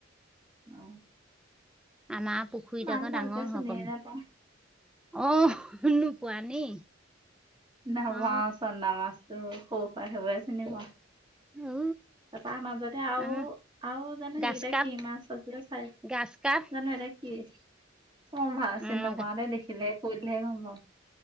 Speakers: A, on the right; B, in the centre.
A: অ
B: আমাৰ পুখুৰীত
A: মাছ
B: আক
A: ভালকে
B: ডাঙৰ
A: চিনিয়ে
B: হয় কমন
A: নাপাওঁ
B: অ শুনো পোৱা নি <unintelligible>
A: মাছ
B: অ
A: চন্দা মাছতো সৰু হয়াই সবাই চনেমা <unintelligible>
B: উ
A: তাৰপা মাজতে আৰু
B: আমাৰ
A: আৰু জানো সেৰিকেইটা
B: গাছ কাপ
A: কি মাছ চাছ চাই
B: গাছ কাপ
A: জানো এটা কি অ ভাল
B: উম
A: চিনি নাপাওঁ দে দেখিলেহে কৰিলেহে গম পাাম